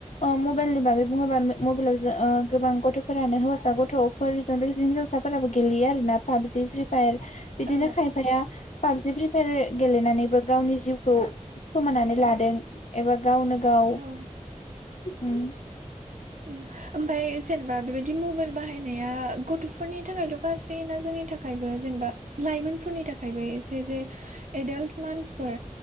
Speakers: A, on the left (about 65°); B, on the right (about 75°).
A: अ मबाइलनि बागै बुङोबा मबाइलाव जो ओ गोबां गथ'फोरानो हौवासा गथ फोरजों लोगोसे हिनजावसाफोराबो गेलेयो आरोना पाबजि फ्रि फायार। बिदिनो
B: औ
A: खायफाया पाबजि प्रिफयार गेलेनानैबो गावनि जिउखौ खोमानानै लादों एबा गावनो गाव उम
B: औ उम ओमफ्राय जे नेबा बेबायाददि मबाइल बाहायनाया गथ'फोरनि थाखायल गाज्रि ना जोंनि थाखायबो जेनेबा लाइमोनफोरनि थाखायबो एसे जे एदाल्ट मानसिफोर